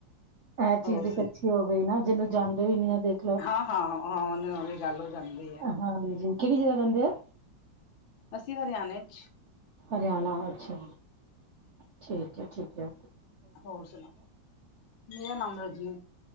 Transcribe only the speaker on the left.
ਹੋਰ
ਸੁਣ
ਹਾਂ ਹਾਂ ਹਾਂ ਉਹ ਨ ਵਾਲੀ ਗੱਲ ਹੋ ਜਾਂਦੀ ਹੈ।
ਅਸੀਂ ਹਰਿਆਣੇ 'ਚ।
ਹੋਰ ਸੁਣਾਓ, ਮੇਰਾ ਨਾਮ ਰਜੀ।